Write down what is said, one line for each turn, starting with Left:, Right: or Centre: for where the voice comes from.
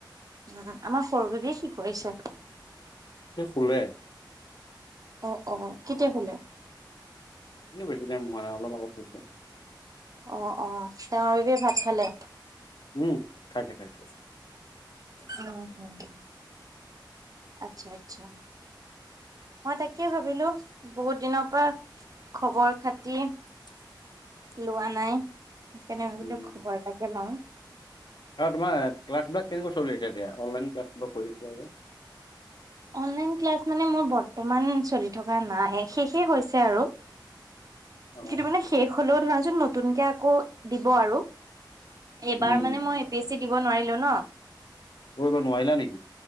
Right: উম আমাৰ সৰু বেবীয়ে কি কৰিছে?
Left: সি শুলে।
Right: অ'- অ' কেতিয়া শুলে?
Left: এ বেছি টাইম হোৱা নাই অলপ আগত শুইছে।
Right: অ অ ডাঙৰ বেবিয়ে ভাত খালে?
Left: উম খাইছে খাইছে।
Right: উম হম হম আচ্ছা আচ্ছা। মই তাকেই ভাবিলো বহুত দিনৰ পৰা খবৰ খাতি-
Left: <unintelligible>
Right: লোৱা নাই, সেইকাৰণে ভাবিলো
Left: উম,
Right: খবৰ এটাকে ল‌ও।
Left: আৰু তোমাৰ ক্লাছবিলাক কেনেকুৱা চলি আছে এতিয়া অনলাইন ক্লাছা কিবা কৰি আছিলা যে?
Right: অনলাইন ক্লাছ মানে মোৰ বৰ্তমান চলি থকা নাই, শেষে হৈছে আৰু।
Left: অ'।
Right: কিন্তু মানে শেষ হলেও ধৰা যেন নতুনকে আকৌ দিব আৰু। এইবাৰ
Left: উম,
Right: মানে মই এ পি এছ চি দিব নোৱাৰিলো ন।
Left: অ এইবাৰ নোৱাৰিলা নে?